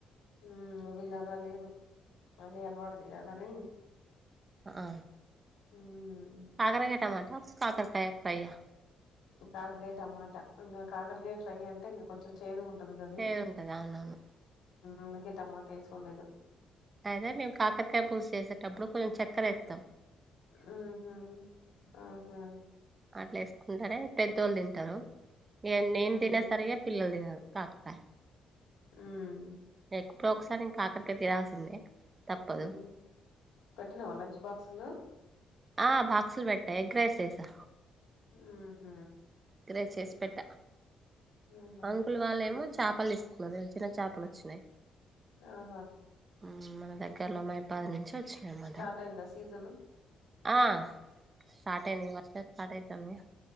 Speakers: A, on the left; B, on the right.
A: మ్ వీళ్ళలా లేదు అన్నీ అలవాటు చేయాలని
B: ఆ
A: ఉమ్.
B: కాకరకాయ టమాటా కాకరకాయ ఫ్రై యా
A: కాకరకాయ టమాటా ఇంగ కాకరకాయ ఫ్రై అంటే ఇంగ కొంచెం చేదుగా ఉంటది గది
B: ఏది ఉంటది అవునవును
A: అందుకే టమాటా ఏసి వొండినా
B: అదే మేము కాకరకాయ పులుసు చేసేటప్పుడు కొంచెం చక్కెర ఎత్తమ్
A: మ్ హు ఆహా
B: అట్లేసుకుంటేనే పెద్దోళ్ళు తింటారు ఇగ నేను
A: హ్మ్
B: తిన సరిగా పిల్లలు తినరు కాకరకాయ
A: మ్
B: ఎక్ప్పుడో ఒకసారి ఇంక కాకరకాయ తినాల్సిందే తప్పదు
A: మ్ పెట్టినావా లంచ్ బాక్సులు
B: ఆ బాక్సులు పెట్టా ఎగ్ రైస్ చేసా
A: మ్ హు
B: ఎగ్ రైస్ చేసి పెట్ట
A: ఆహా!
B: అంకుల్ వాళ్ళేమో చాపలు తీసుకున్నారు చిన్న చాపలు వచ్చినాయ్
A: ఆహా
B: మ్ మన దగ్గరలో మహబాద్ నుంచి వచ్చినాయన్నమాట
A: స్టార్ట్ అయిందా సీజను?
B: ఆ స్టార్ట్ అయింది వర్షం స్టార్ట్ అయితాంది